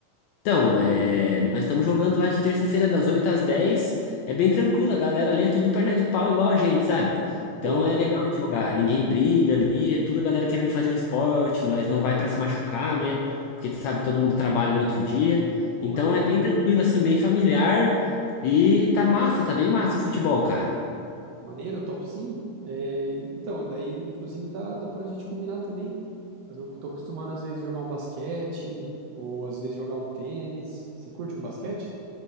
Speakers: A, on the left; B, on the right.
A: Então, é, nós estamos jogando lá de terça-feira das 8 às dez É bem tranquilo, a galera ali é tudo perna de pau igual a gente, sabe? Então
B: Boa.
A: é legal de jogar, ninguém briga ali, é tudo a galera querendo fazer um esporte, nós não vai pra se machucar, né? Porque tu sabe, todo mundo trabalha no outro dia.
B: Pô,
A: Então
B: maneiro.
A: é bem tranquilo, assim, bem familiar. E tá massa, tá bem massa o futebol, cara.
B: Maneiro, eu topo sim. É, então, daí inclusive tá, dá pra gente combinar também. Mas Eu tô acostumando às vezes jogar um basquete, ou às vezes jogar um tênis. Você curte um basquete?